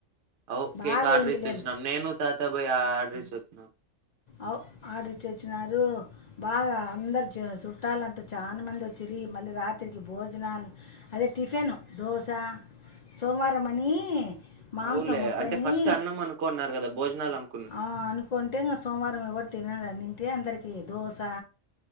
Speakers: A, on the right (about 65°); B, on the left (about 80°).
A: అఓ కేక్
B: బాగా
A: ఆర్డర్
B: అయిందిలే
A: ఇచ్చొచ్చిన్నాం నేను తాత బోయి ఆర్డర్ ఇచ్చోచ్చు నో
B: అవు ఆర్డర్ ఇచ్చి వచ్చినారు బాగా అందరు చుట్టాల అంత చాలా మంది వచ్చిరి మళ్ళీ రాత్రికి భోజనాలు అదే టిఫిన్ దోశ సోమవారం అని మాంసం
A: అవులే
B: వద్దని
A: అంటే ఫస్ట్ అన్నం అనుకోన్నారు కదా భోజనాలు అను
B: ఆ అనుకుంటే ఇంకా సోమవారం ఎవరు తినారన అన్నింటే అందరికి దోస